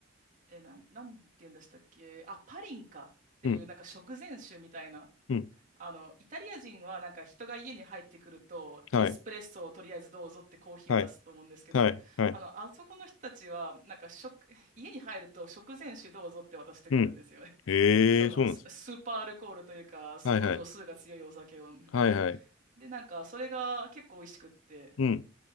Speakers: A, on the right (about 40°); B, on the left (about 70°).
A: え、なん、なんて言うんでしたっけあ、パリンかっていう、
B: うん、うん、
A: なんか食前酒みたいな
B: うん
A: あの、イタリア人はなんか人が家に入ってくると、
B: はい、
A: エスプレッソをとりあえずどうぞってコーヒーを出すと思うんですけど、
B: はい、はい、はい、
A: あの、あそこの人たちは、なんか食、家に入ると食前酒どうぞって渡してくるんですよね。
B: うん。
A: <laughs>
B: へえ、
A: その、
B: そうなんです。
A: ススーパーアルコールというか、すごい度数が強いお酒を。
B: はいはい、はいはい、
A: で、なんかそれが結構美味しくって、
B: うん。